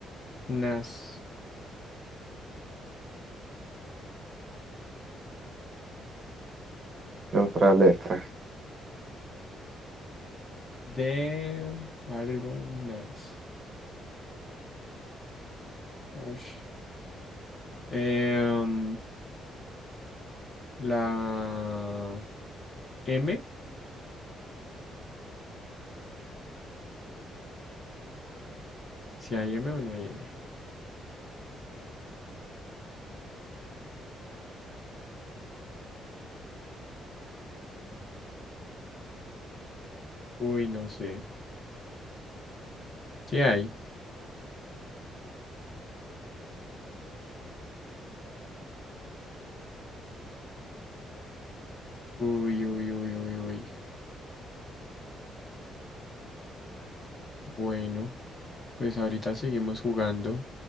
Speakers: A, on the left; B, on the right.
A: Nas.
B: ¿Qué otra letra?
A: De algo, nas. Ush. Em, la M. Si hay M o no hay M. Uy, no sé. Si hay. Uy, uy, uy, uy, uy. Bueno, pues ahorita seguimos jugando.